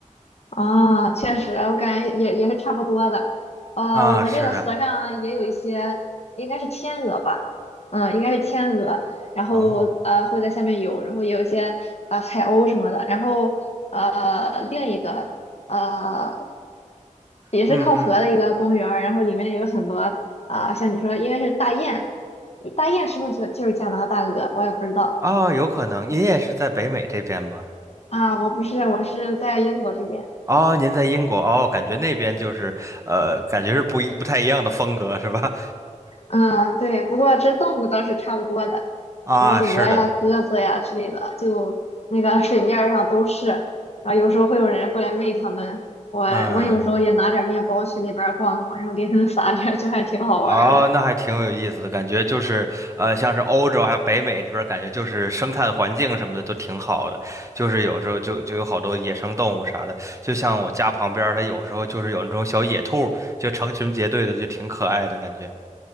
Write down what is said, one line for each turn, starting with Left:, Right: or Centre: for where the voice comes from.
Left: 啊，确实，我感觉也也是差不多的。
Right: <laughs>
Left: 呃，
Right: 啊，
Left: 我们这个河上也有一些，
Right: 是的，
Left: 应该是天鹅吧，嗯，应该是天鹅，然后呃会在下面游，
Right: 哦，
Left: 然后也有一些呃海鸥什么的，然后呃另一个呃也是靠河的一个公园儿然后里面有很多啊、
Right: 嗯嗯，
Left: 像你说应该是大雁，大雁是不是就就是加拿大鹅？我也不知道
Right: 哦，有可能您也是在北美这边吗？
Left: 啊，我不是，我是在英国这边。
Right: 哦，您在英国哦，感觉那边就是呃，感觉是不一不太一样的风格是吧？
Left: 嗯，对，不过这动物倒是差不多的，
Right: <laughs> 啊，
Left: 什么鹅呀、
Right: 是的，
Left: 鸽子呀之类的，就那个水面儿上都是。然后有时候会有人过来喂它们，我我有时候也拿点儿面包去那边儿逛逛，
Right: 嗯。
Left: 然后给它们撒点儿就还挺好玩儿的。
Right: 哦，那还挺有意思的，感觉就是，呃，像是欧洲还有北美这边儿感觉就是生态环境什么的都挺好的，就是有时候就就有好多野生动物啥的，就像我家旁边儿它有时候就是有那种小野兔就成群结队的，就挺可爱的感觉。